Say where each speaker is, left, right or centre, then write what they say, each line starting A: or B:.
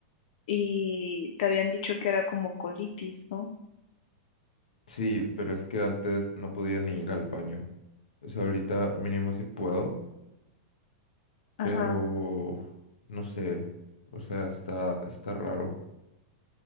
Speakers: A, on the left; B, on the left.
A: y te habían dicho que era como colitis, ¿no?
B: Sí, pero es que antes no podía ni ir al baño. O sea, ahorita mínimo sí puedo,
A: Ajá.
B: pero no sé. O sea, está, está raro.